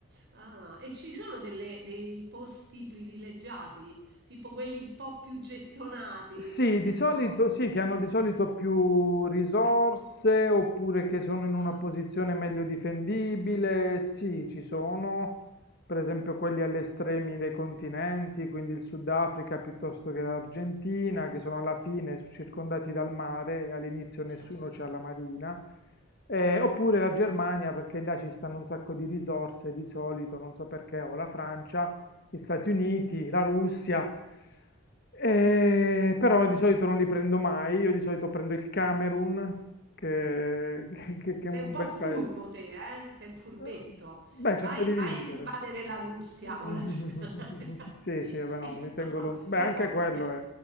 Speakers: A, on the right (about 50°); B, on the left (about 50°).
A: Ah, e ci sono delle- dei posti privilegiati, tipo quelli un po' più gettonati,
B: Sì,
A: che
B: di
A: ne
B: solito
A: so.
B: sì, che hanno di solito più risorse oppure che sono in una
A: Ah,
B: posizione meglio difendibile. Sì, ci sono, per esempio quelli agli estremi dei continenti, quindi il Sudafrica piuttosto che l'Argentina, che sono alla fine circondati dal mare e all'inizio nessuno
A: certo.
B: c'ha la marina. Eh, oppure la Germania, perché là ci stanno un sacco di risorse di solito, non so perché, o la Francia gli Stati Uniti, la Russia, eh, però di solito non li prendo mai, io di solito prendo il Camerun, che, che- che
A: Sei
B: è un
A: un po'
B: bel
A: furbo
B: paese.
A: te, eh? Sei un furbetto.
B: Eh, Beh,
A: Vai,
B: cerca di vincere.
A: vai ad invadere la Russia
B: <laughs>
A: o la Germania.
B: Sì,
A: <laughs>
B: sì, vabbè, no,
A: Mi sembra
B: mi tengo
A: un po'
B: lon- Beh,
A: vero?
B: anche quello
A: <laughs>
B: è,